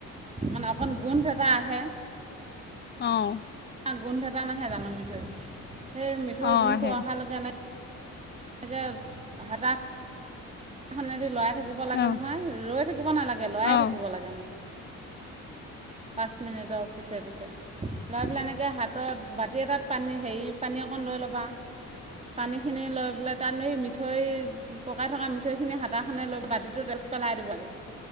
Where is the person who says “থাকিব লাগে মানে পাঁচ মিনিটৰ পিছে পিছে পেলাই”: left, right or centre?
Right